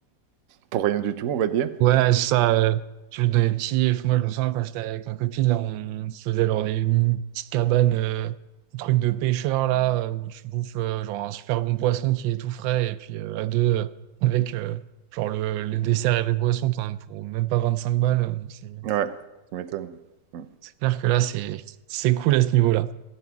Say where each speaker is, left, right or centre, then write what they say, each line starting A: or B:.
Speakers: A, on the right; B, on the right.
A: pour rien du tout, on va dire.
B: Ouais, c'est ça. euh, Tu veux donner petit. Moi, je me souviens quand j'étais avec ma copine, là, on se faisait genre des petites cabanes, euh, des trucs de pêcheur, là, euh, où tu bouffes euh, genre un super bon poisson qui est tout frais. Et puis euh, à deux, euh, avec euh, genre le, le dessert et les boissons, t'en as pour même pas 25 balles. euh, Donc, C'est
A: Ouais, ça m'étonne. Mm.
B: c'est clair que là, c'est c'est cool à ce niveau-là.